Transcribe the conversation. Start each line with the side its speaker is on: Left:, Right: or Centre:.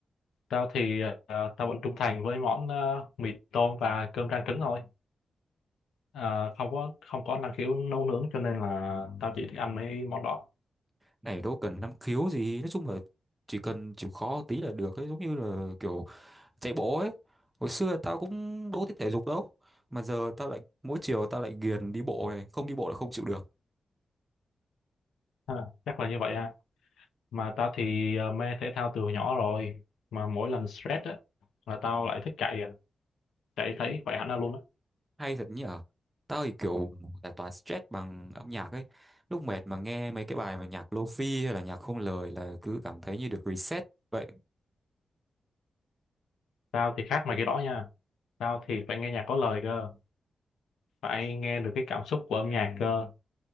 Left: Tao thì ờ, tao vẫn trung thành với món ờ, mì tôm và cơm rang trứng thôi. Ờ, không có không có năng khiếu nấu nướng cho nên là tao chỉ thích ăn mấy món đó.
Right: này đâu cần năng khiếu gì nói chung là chỉ cần chịu khó tí là được ấy giống như là kiểu chạy bộ ấy hồi xưa tao cũng đâu thích thể dục đâu mà giờ tao lại mỗi chiều tao lại ghiền đi bộ này không đi bộ là không chịu được
Left: Ha, chắc là như vậy ha. Mà tao thì ờ, mê thể thao từ hồi nhỏ rồi. Mà mỗi lần stress á là tao lại thích chạy à Đấy thấy khỏe hẳn ra luôn á.
Right: hay thật nhỉ tao thì kiểu giải tỏa stress bằng âm nhạc ấy lúc mệt mà nghe mấy cái bài mà nhạc lofi hay là nhạc không lời là cứ cảm thấy như được reset vậy
Left: Tao thì khác mày cái đó nha. Tao thì phải nghe nhạc có lời cơ. Phải nghe được cái cảm xúc của âm nhạc cơ.